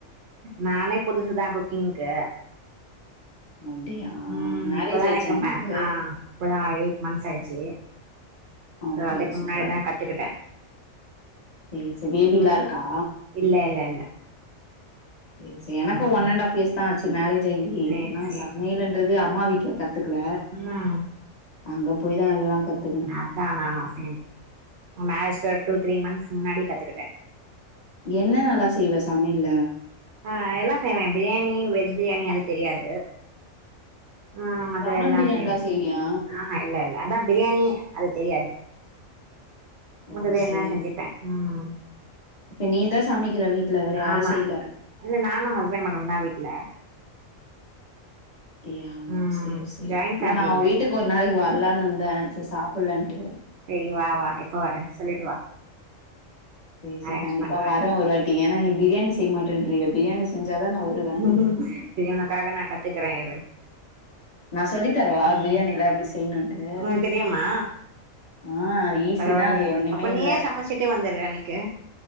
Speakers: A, on the right; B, on the left.
A: நானே புதுசுதா குக்கிங்க்கு
B: அப்படியா?
A: ம்
B: மேரேஜ்
A: இப்பதா
B: ஆயிடுச்சா
A: எனக்கே
B: உனக்கு?
A: மே ஆ இப்பதா எயிட் மந்த்ஸ் ஆச்சு
B: அப்படியா
A: சோ அதுக்கு
B: சூப்பர்.
A: முன்னாடி தா கத்துக்கிட்டே
B: சேரி சேரி பேபிலா
A: ம்
B: இருக்கா
A: இல்ல இல்ல இல்ல
B: சேர் சேரி எனக்கு
A: ம்
B: ஒன் அண்ட்டாஃப் இயர்ஸ் தா ஆச்சு மேரேஜ் ஆயி
A: சேரி
B: ஆனா
A: சேரி
B: சமையல்ன்றது அம்மா வீட்ல கத் துக்கல
A: ம்
B: அங்க போய் தா எல்லா கத்துக்கு
A: அதா நானு சேம் மேரேஜ்ல ஒரு டூ த்ரீ மந்த்ஸ் முன்னாடியே கத்துக்கிட்டே
B: என்ன நல்லா செய்வ சமையல்ல
A: ஆ எல்லா செய்வே பிரியாணி வெஜ் பிரியாணி அது தெரியாது ஆ மத்தது
B: பிரான்
A: எல்லா
B: பிரியாணிலாம்
A: செய்வே
B: செய்வியா?
A: ஆ இல்ல இல்ல அதா பிரியாணி அது தெரியாது
B: ஓ!
A: மத்தது எல்லா
B: சரி.
A: செஞ்சுப்பே ம்
B: இப்ப நீ தா சமைக்குற வீட்ல வேற யாரு
A: ஆமா
B: செய்ல
A: இல்ல நானு ஹஸ்பண்ட்டு மட்டுந்தா வீட்ல
B: டியா
A: ம்
B: சேரி சேரி
A: ஜாயிண்ட்
B: நா
A: ஃபேமிலி
B: நா ஒ
A: இல்ல
B: வீட்டுக்கு ஒரு நாளைக்கு வர்லான் இருந்தே சேரி சாப்புல்லான்ட்டு
A: சேரி வா வா எப்ப வரே சொல்லிட்டு வா
B: சேரி சே
A: அரேஞ்ச்
B: கண்டிப்பா
A: பண்றே
B: வரே ஒருவாட்டி ஏனா நீ பிரியாணி செய்ய மாட்டேன்றியே பிரியாணி செஞ்சாதா நா வருவே
A: ம் சேரி ஒனக்காக நா கத்துக்குறே இரு
B: நா சொல்லி தரவா
A: ம்
B: பிரியாணியலா எப்டி செய்யணுன்ட்டு
A: உனக்கு தெரியுமா
B: ஆ ஈஸி
A: பரவாயில்லையே
B: தா அது ஒன்னுமே
A: அப்ப
B: இல்ல
A: நீயே சமைச்சிட்டு வந்துரு அன்னைக்கு